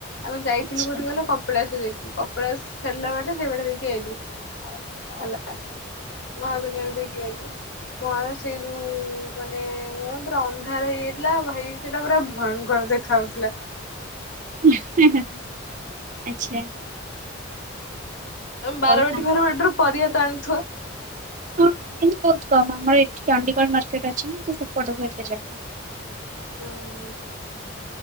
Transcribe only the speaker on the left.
ଆମେ ଯାଇଥିଲୁ
କୋଉଠିକି ଗଲେ କପିଳାସ ଯାଇଥିଲୁ କପିଳାସ ଫେରିଲା ବାଟେ ସେଇ ବାଟେ ଦେଇକି ଆଇଲୁ। ହେଲା ମହାବିନାୟକ ଦେଇକି ଆଇଲୁ। ମ ସେଇ ଯୋଉ ମାନେ ପ୍ରା ଅନ୍ଧାର ହେଇଯାଇଥିଲା। ଭାଇ ସେଟା ପୁରା ଭୟଙ୍କର ଦେଖା ଜାଉଥିଲା।
ବାରବାଟୀ
ଫାରବାଟିରୁ ପରିବା ତ ଆଣୁଥିବ?
ହୁଁ